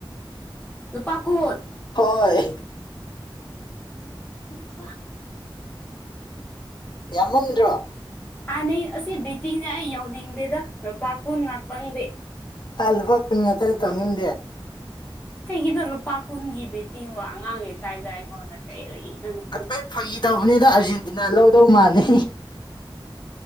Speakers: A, on the left; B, on the left.
A: ꯄꯀꯣꯔ
B: ꯍꯣꯏ
A: ꯅꯨꯄꯥ
B: ꯌꯥꯝꯃꯟꯗ꯭ꯔꯣ
A: ꯍꯥꯟꯅꯩ ꯑꯁꯤ ꯕꯦꯇꯤꯡꯁꯦ ꯑꯩ ꯌꯧꯅꯤꯡꯗꯦꯗ ꯂꯨꯄꯥ ꯀꯨꯟ ꯉꯥꯛꯇꯪꯗꯦ
B: ꯑꯜꯕ ꯀꯟ ꯉ ꯇꯔꯤ ꯇꯧꯅꯤꯅꯤꯡꯗꯦ
A: ꯀꯩꯒꯤꯅꯣ ꯂꯨꯄꯥ ꯀꯨꯟꯒꯤ ꯕꯤꯇꯤꯡꯕꯣ ꯑꯉꯥꯡꯉꯩꯇꯥꯥꯏꯕꯗ ꯑꯩꯉꯣꯟꯗ ꯀꯩꯔꯨꯏꯅꯅꯦ
B: ꯈꯩ ꯐꯥꯒꯤ ꯇꯧꯕꯅꯤꯅ ꯑꯥꯔꯖꯦꯟꯇꯤꯅꯥ ꯂꯧꯗꯧ ꯃꯥꯅꯤ